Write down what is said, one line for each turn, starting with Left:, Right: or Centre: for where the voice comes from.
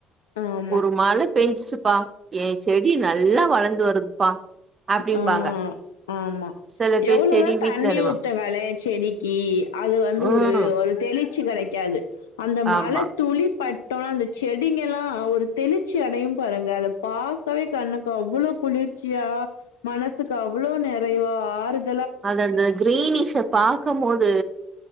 Left: ஆமா
Right: ஒரு மழ பெஞ்சிச்சுப்பா ஏ செடி நல்லா வளந்து வருதுப்பா அப்டிம்பாங்க
Left: ஆ ஆமா
Right: சில பேர்
Left: எவ்வளோதா
Right: செடி வீட்ல
Left: தண்ணி
Right: நடுவா
Left: ஊத்த வேலே செடிக்கி அது வந்து
Right: ம்
Left: ஒரு ஒரு தெளி ச்சி கெடைக்காது அந்த மழத்
Right: ஆமா
Left: துளிபட்டோன அந்த செடிங்கலா ஒரு தெளிர்ச்சி அடையும் பாருங்க அத பாக்கவே கண்ணுக்கு அவ்வளோ குளிர்ச்சியா மனசுக்கு அவ்வளோ நெறைவா ஆறுத்
Right: அதந்த கிரீனிஷ பாக்கம்மோது